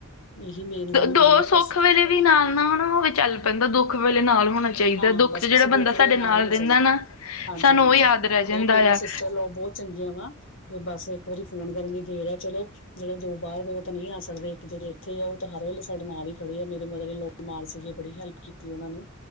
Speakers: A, on the left; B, on the left.
A: ਏ ਹੀ ਮੇਨ ਗੱਲ ਹੁੰਦੀ
B: ਦੋ
A: ਆ
B: ਸੁੱਖ
A: ਬਸ।
B: ਵੇਲੇ ਵੀ ਨਾਲ ਨਾ ਹੋ ਨਾ ਓ ਵੀ ਚੱਲ ਪੈਂਦਾ ਦੁੱਖ ਵੇਲੇ ਨਾਲ ਹੋਣਾ। ਚਾਹੀਦਾ
A: ਹਾਂ
B: ਦੁੱਖ
A: ਬਸ-ਬਸ
B: ਚ ਜਿਹੜਾ
A: ਦੁੱਖ
B: ਬੰਦਾ ਸਾਡੇ
A: ਵੇਲੇ ਨਾਲ ਹੋਣੇ
B: ਰਹਿੰਦਾ
A: ਚਾਈਦਾ,
B: ਨਾ
A: ਹਾਂਜੀ-ਹਾਂਜੀ
B: ਸਾਨੂੰ ਉਹ ਯਾਦ ਰਹਿ
A: ਨਈ
B: ਜਾਂਦਾ
A: ਮੇਰੀਆਂ
B: ਆ
A: ਸਿਸਟਰ ਲੋ ਬੋ ਚੰਗੀਆਂ ਵਾ ਬਸ ਇੱਕ ਵਾਰੀ ਫੋਨ ਕਰਨ ਦੀ ਦੇਰ ਐ ਚਲੋ ਜਿਹੜੇ ਦੋ ਬਾਰ ਵੇ ਓ ਤਾਂ ਨੀ ਆ ਸਕਦੇ ਇੱਕ ਜਿਹੜੇ ਇੱਥੇ ਆ ਓ ਤਾਂ ਹਰ ਵੇਲੇ ਸਾਡੇ ਨਾਲ ਈ ਖੜੀ ਏ ਮੇਰੇ ਮਦਰ ਇਨ ਲੋ ਨਾਲ ਸੀਗੇ ਬੜੀ ਹੈਲਪ ਕੀਤੀ ਉਨਾਂ ਨੂੰ।